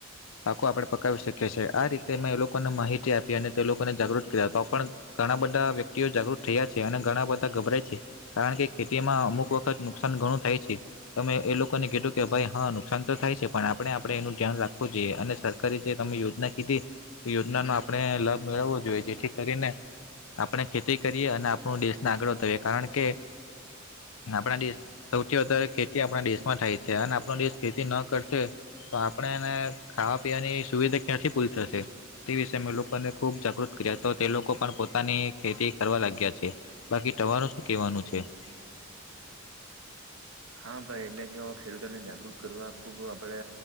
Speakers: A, on the left; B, on the right.
A: પાકો આપણે પકાવી શકીએ છીએ. આ રીતે મેં એ લોકોને માહિતી આપી અને તે લોકોને જાગૃત કર્યા, તો પણ ઘણા બધા વ્યક્તિઓ જાગૃત થયા છે અને ઘણા બધા ગભરાય છે. કારણ કે, ખેતીમાં અમુક વખત નુકસાન ઘણું થાય છે. તમે એ લોકોને કીધું કે ભાઈ હા નુકસાન તો થાય છે પણ આપણે આપણે એનું ધ્યાન રાખવું જોઈએ અને સરકારે જે તમે યોજના કીધી તો યોજનાનો આપણે લાભ મેળવવો જોઈએ જેથી કરીને આપણે ખેતી કરીએ અને આપણું દેશને આગળ વધઈએ કારણ કે આપણા દેશ સૌથી વધારે ખેતી આપણા દેશમાં થાય છે અને આપણો દેશ ખેતી ન કરશે તો આપણેને ખાવા પીવાની સુવિધા ક્યાંથી પૂરી થશે તે વિશે મેં લોકોને ખૂબ જાગૃત કર્યા તો તે લોકો પણ પોતાની ખેતી કરવા લાગ્યા છે, બાકી તવારનું શું કહેવાનું છે? <unintelligible>
B: હા, ભાઈ એટલે કે ખેડૂતોને જાગૃત કરવા ખૂબ આપણે